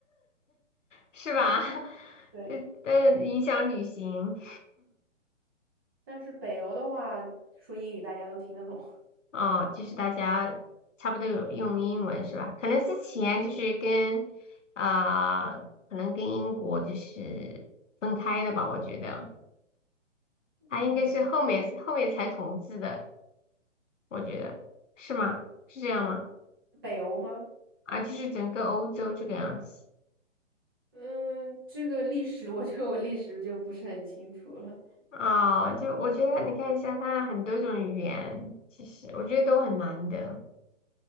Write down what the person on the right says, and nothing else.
对，
但是北欧的话说英语大家都听得懂。
嗯，
北欧吗？
嗯，这个历史我觉得我历史就不是很清楚了。